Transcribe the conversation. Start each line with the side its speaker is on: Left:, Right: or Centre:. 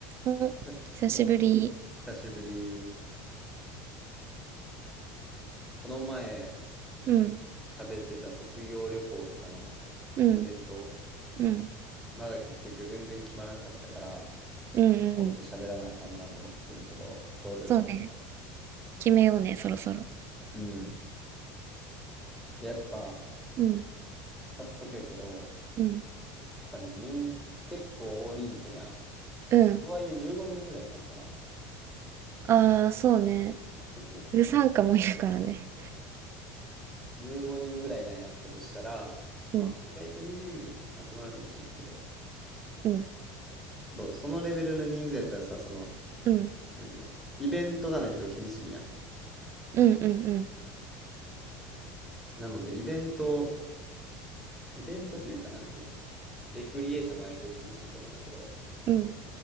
Right: お、
Centre: なお、
Right: 久しぶり。
Centre: 久しぶり。この前
Right: うん、
Centre: 喋ってた卒業旅行とかのイベント、
Right: うん、うん、
Centre: まだ結局全然決まらんかったから、
Right: うん、うん。
Centre: もっと喋らなあかんなと思っててんけど、ちょうどよかった。
Right: そうね。決めようね、そろそろ。
Centre: うん。いや、やっぱ、
Right: うん、
Centre: 早速やけど、
Right: うん、
Centre: やっぱね、みん、結構大人数やん。
Right: うん。
Centre: とはいえ15人ぐらいなんかな、
Right: ああ、そうね。
Centre: 結局。
Right: うさんかもいるからね。
Centre: 15人ぐらいなんやったとしたら、まあ、
Right: うん、
Centre: 意外と20人集まるかもしれんけど、
Right: うん、
Centre: そう、そのレベルの人数やったらさ、その、
Right: うん、
Centre: なんていうイベントがないと厳しいやん。
Right: うん、うん、うん、
Centre: なので、イベント、イベントというか、なんていうレクリエーションがないと厳しいと思うんだけど、
Right: うん。